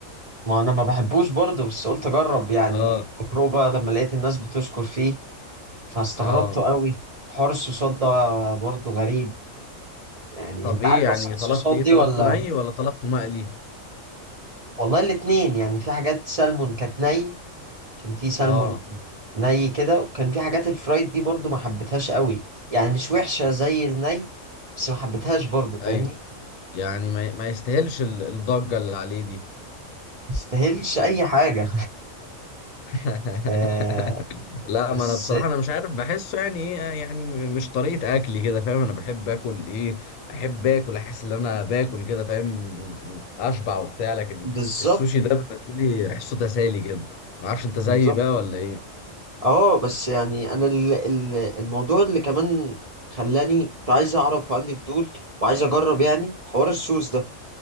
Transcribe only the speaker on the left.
اه
اه
طب
ايه
يعني
طلبت ايه
طلبته
ني ولا طلبته مقلي
اه
ايوه يعني ما, ما يستاهلش ال- الضجة اللي عليه دي
<laughs>
لا
ما انا بصراحه انا مش عارف بحسه يعني ايه يعني م- مش طريقه اكلي كده فاهم انا بحب اكل ايه احب اكل احس ان انا باكل كده فاهم اشبع وبتاع لكن
السوشي ده بالنسبه لي احسه تسالي كده ما اعرفش انت
زيي بقى ولا ايه